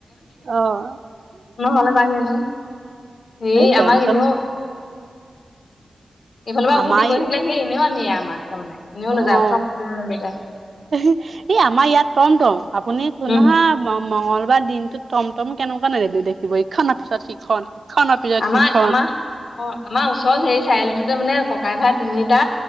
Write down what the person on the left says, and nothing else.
নহ'লে তাক নিনো হেৰি
আমাক এনেও এইফালৰ পৰা
উভতি গৈ থাকিলে সেই এনেও আনি আনে আমাক। তাৰমানে এনেও লৈ যায়
উঠক বুলি ক'লে লৈ যায়
উম
আমাৰ
আমাৰ অ' আমাৰ ওচৰত হেৰি চাৰিআলিটোতে মানে ক ককাই ভাই তিনিটা